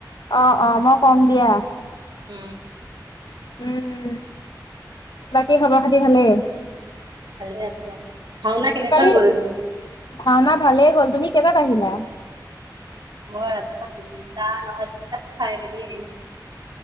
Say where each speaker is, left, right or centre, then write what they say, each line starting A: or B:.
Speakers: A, on the left (about 75°); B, on the right (about 75°).
A: অ', অ', মই কম দিয়া।
B: উম
A: উম, বাকী খবৰ খাতি ভালে?
B: ভালে আছো। ভাওনা কেনেকুৱা
A: কালি
B: গ'ল?
A: ভাওনা ভালে হ'ল। তুমি কেইটাত আহিলা?
B: মই ৰাতিপুৱা তিনিটা নহয় দুটাক চাই মেলি আহিছোঁ।